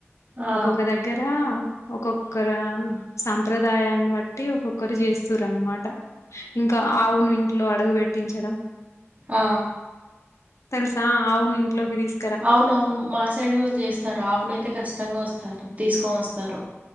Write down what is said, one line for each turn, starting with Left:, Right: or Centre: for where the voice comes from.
Right: ఆ
Left: ఒక్కొక్క దగ్గర ఒక్కొక్కర సంప్రదాయాన్ని బట్టి ఒక్కొక్కరు చేస్తరునమాట ఇంకా ఆవును ఇంట్లో అడుగు పెట్టించడం
Right: ఆ
Left: తెల్సా అవును ఇంట్లోకి తీస్
Right: అవునవును మా సైడ్ కూడా చేస్తారు ఆవునయితే ఖచ్చితంగా వస్తారు తీసుకొని వస్తారు.